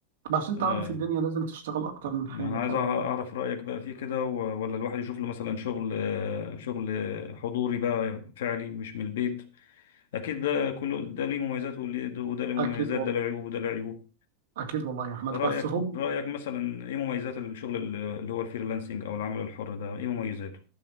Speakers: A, on the right; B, on the left.
A: بس انت
B: آه،
A: عارف الدنيا لازم تشتغل اكتر من
B: ما
A: حاجه
B: انا
A: طبعا
B: عايز أع- اعرف رأيك بقى فيه كده و- ولا الواحد يشوف له مثلا شغل آه، شغل حضوري بقى فعلي مش من البيت اكيد ده كله ده ليه مميزات وليه- ده- وده ليه مميزات
A: اكيد والله
B: ده له عيوب وده له عيوب
A: اكيد والله يا احمد
B: رايك
A: بس هم
B: رايك مثلا ايه مميزات الشغل ال- اللي هو الفريلانسنج او العمل الحر ده ايه مميزاته